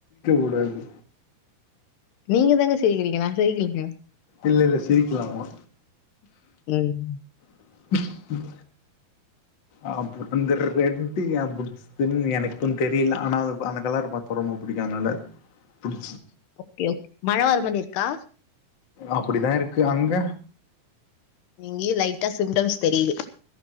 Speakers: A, on the left (about 45°); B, on the left (about 80°).
A: உடாது
B: நீங்க தாங்க சிரிக்கிறீங்க நா சிரிக்கலங்க
A: இல்ல இல்ல சிரிக்கலாமா
B: உம்
A: <unintelligible> <inaudible> ம் ஆ பட் அந்த ரெட்டு யே பிடிச்சுதுன்னு எனக்கும் தெரியல ஆனா அந்த கலர பாத்தா ரொம்பா பிடிக்கு அதனால பிடி
B: ஓகே ஓகே மழ வர மாதிரிருக்கா
A: அப்படிதா இருக்கு அங்க
B: இங்கேயு லைட்டா சிம்டம்ஸ் தெரியுது